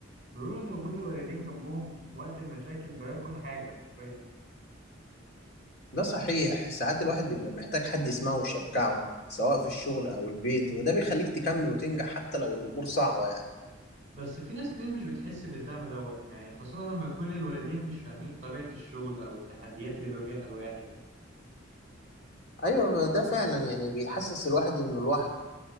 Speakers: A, on the right; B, on the left.
A: بيقولوا ان وجود الوالدين جنبهم وقت المشاكل بيغير كل حاجة حرفيا
B: ده صحيح ساعات الواحد بيبقى محتاج حد يسمعه ويشجعه سواء في الشغل او البيت وده بيخليك تكمل وتنجح حتى لو الامور صعبه يعني
A: بس في ناس كتير مش بتحس بالدعم دوت يعني خاصة لما يكون الوالدين مش فاهمين طبيعة الشغل أو التحديات اللي بيواجهها الواحد
B: ايوه ده فعلا يعني بيحسس الواحد انه لوحده